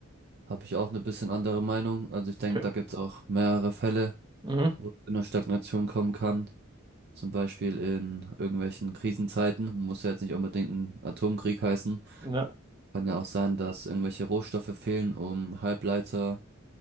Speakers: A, on the right (about 50°); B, on the right (about 20°).
A: habe ich auch eine bisschen andere Meinung. Also ich denke,
B: Okay.
A: da gibt es auch mehrere Fälle,
B: Mhm.
A: wo es zu einer Stagnation kommen kann. Zum Beispiel in irgendwelchen Krisenzeiten. Muss ja jetzt nicht unbedingt ein Atomkrieg heißen.
B: Ja,
A: Kann ja auch sein, dass irgendwelche Rohstoffe fehlen, um Halbleiter